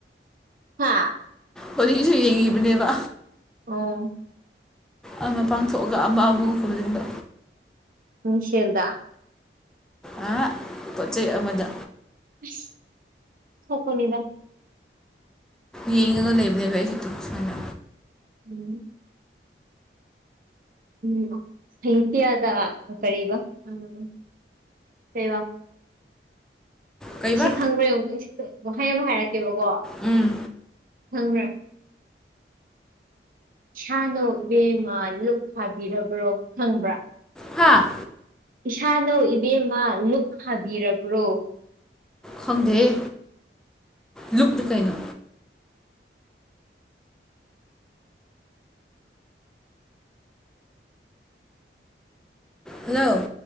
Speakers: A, on the right; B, in the centre.
A: ꯍꯥ
B: ꯍꯧꯖꯤꯛꯁꯨ ꯌꯦꯡꯉꯤꯕꯅꯦꯕ
A: ꯑꯣ
B: ꯑꯃ ꯄꯥꯡꯊꯣꯛꯑꯒ ꯑꯃ ꯑꯃꯨꯛ ꯈꯨꯝꯖꯤꯟꯕ
A: ꯃꯤꯡꯁꯦꯜꯗꯥ
B: ꯑꯍꯥ ꯄꯣꯠ ꯆꯩꯩ ꯑꯃꯗ
A: ꯑꯁ ꯑꯣꯟꯊꯣꯛꯄꯅꯤꯗ
B: ꯌꯦꯡꯉꯒ ꯂꯩꯕꯅꯦꯕ ꯑꯩꯁꯦ ꯇꯨ ꯁꯨꯃꯥꯏꯅ
A: ꯎꯝ ꯎꯝ ꯁꯍꯤꯇꯤꯌꯥꯗ ꯀꯔꯤꯕ ꯎꯝ ꯀꯩꯕ
B: ꯀꯩꯕ
A: ꯁꯤ ꯈꯪꯕ꯭ꯔꯥ ꯌꯦꯡꯉꯨꯀꯣ ꯋꯥꯍꯩ ꯑꯃꯥ ꯍꯥꯏꯔꯛꯀꯦꯕꯀꯣ
B: ꯎꯝ
A: ꯈꯪꯕ꯭ꯔꯥ ꯏꯁꯥꯅꯧ ꯏꯕꯦꯝꯃ ꯂꯨꯨꯛ ꯍꯥꯕꯤꯔꯕ꯭ꯔꯣ ꯈꯪꯕ꯭ꯔꯥ
B: ꯍꯥꯥ
A: ꯏꯁꯥꯅꯧ ꯏꯕꯦꯝꯃ ꯂꯨꯛ ꯍꯥꯕꯤꯔꯕ꯭ꯔꯣ
B: ꯈꯪꯗꯦꯍꯦ ꯂꯨꯛꯇꯤ ꯀꯩꯅꯣ ꯍꯜꯂꯣ